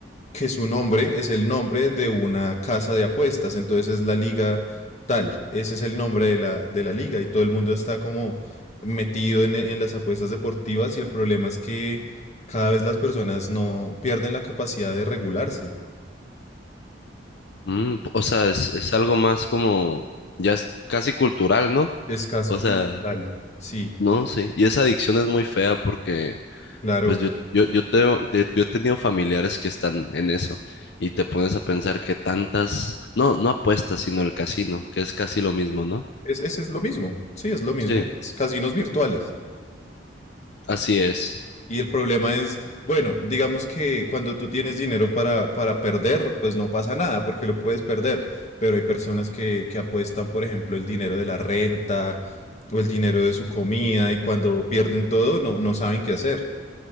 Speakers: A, on the left; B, on the left.
A: que su nombre es el nombre de una casa de apuestas, entonces es la liga tal, ese es el nombre de la, de la liga y todo el mundo está como metido en, en las apuestas deportivas y el problema es que cada vez las personas no pierden la capacidad de regularse,
B: Mm, p- o sea, es, es algo más como, ya es casi cultural, ¿no?
A: es casi
B: O
A: cultural.
B: sea,
A: Sí,
B: no, sí. Y esa adicción es muy fea porque,
A: claro,
B: pues yo, yo, yo, tengo, te- yo he tenido familiares que están en eso y te pones a pensar que tantas, no, no apuestas, sino el casino, que es casi lo mismo, ¿no?
A: es, ese es lo mismo, sí, es lo mismo,
B: Sí,
A: Es casinos virtuales.
B: así es.
A: Y el problema es, bueno, digamos que cuando tú tienes dinero para, para perder, pues no pasa nada porque lo puedes perder. Pero hay personas que, que apuestan, por ejemplo, el dinero de la renta o el dinero de su comida y cuando pierden todo no, no saben qué hacer.